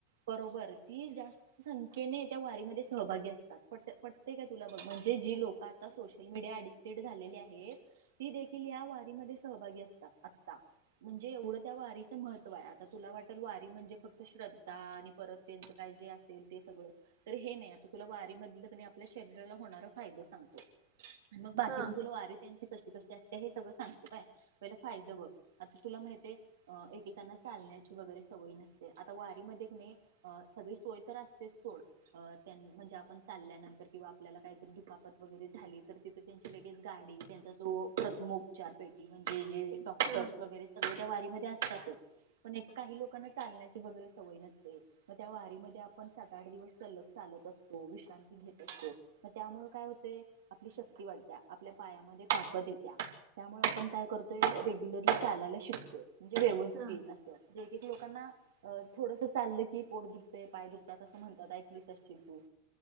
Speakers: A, on the right (about 85°); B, on the right (about 40°).
A: बरोबर ती जास्त संख्येने त्या वारीमध्ये सहभागी असतात प्रट प्रत्येक आहे तुला बघ म्हणजे जी लोकात आ सोशल मीडिया अडिक्टेड झालेली आहे ती देखील या वारी मध्ये सहभागी असतात आता म्हणजे एवढं त्या वारीच महत्त्व आहे आता तुला वाटल वारी म्हणजे फक्त श्रद्धा आणि परत त्यांच काय जे असेल ते सगळं तर हे नाही आता तुला वारी मधलंनी आपल्या शरीराला होणार फायदा सांगत आणि मग बाकी
B: हा
A: मग तुला वारी त्यांची कशी कशी असते हेगं सांग य पला फायद बघ आता तुला माहती एकेकांना चालण्याची वगैरे सवय नसते आता वारी म सगळी सोय तर असतेच सोड त्यां म्हणजे आपण चालल्यानंतर किंवा आपल्याला काहीतरी द वगैरे झाली तर तिथे त्यांची लगेच गाडी त्यांचा जो प्रथम उपचार पेटी म्हणजे जे डॉक्टर्स
B: हा
A: वगैरे सगळे त्या वारी म असतातच पण काही लोकांना लण्याची वगैरे सवय नसते मग त्या वारी म आपण सात आठ दिवस चालत असतो विश्रांती घेत असतो मग त्यामुळे काय ते आपली शक्ती वाढत्या आपल्या पायामध्ये ताकद येत्या त्यामुळे आपण काय करतोय रेग्युलरली चालायला शिकतोय म्हणजे व्यवस्थित
B: हा
A: असं एक एक लोकांना अ थोडंसं चाललं की पोट दुखते पाय दुखतात असं म्हणतात ऐकलीस असशील तू